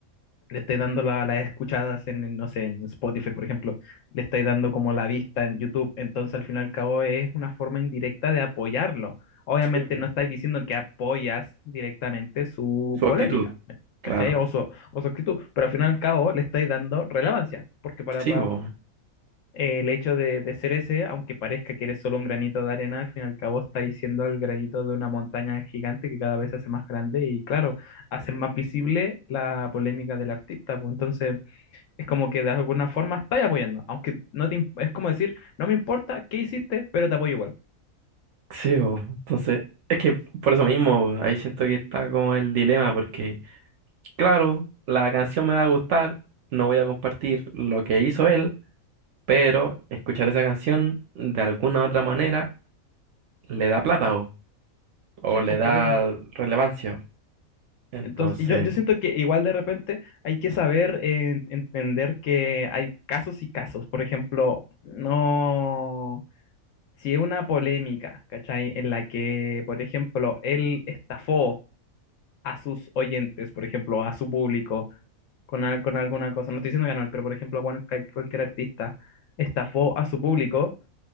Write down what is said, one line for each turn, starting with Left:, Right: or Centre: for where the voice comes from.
Left: le estás dando la- las escuchadas en, en, no sé, en Spotify, por ejemplo, le estás dando como la vista en YouTube. Entonces, al fin y al cabo es una forma indirecta de apoyarlo. Obviamente
Right: Sí, po.
Left: no estás diciendo que apoyas directamente su
Right: Su actitud,
Left: polémica,
Right: claro.
Left: ¿cachai? O su, o su actitud, pero al fin y al cabo le estáis dando relevancia, porque para,
Right: Sí, pues.
Left: eh, el hecho de, de ser ese, aunque parezca que eres solo un granito de arena, al fin y al cabo está siendo el granito de una montaña gigante que cada vez se hace más grande y claro, hacen más visible la polémica del artista, pues entonces es como que de alguna forma estás apoyando, aunque no te, im- es como decir, no me importa qué hiciste, pero te apoyo igual.
Right: Sí, po. Entonces, es que por eso mismo, ahí siento que está como el dilema, porque claro, la canción me va a gustar, no voy a compartir lo que hizo él, pero escuchar esa canción de alguna u otra manera le da plata bo, o
Left: Sí, pues
Right: le da
Left: por eso.
Right: relevancia. Entonces,
Left: Entonces, y yo, yo siento que igual de repente hay que saber eh, entender que hay casos y casos. Por ejemplo, no. si es una polémica, ¿cachai? En la que, por ejemplo, él estafó a sus oyentes, por ejemplo, a su público, con, al- con alguna cosa, no estoy diciendo que no, pero por ejemplo, cual- cual- cualquier artista estafó a su público,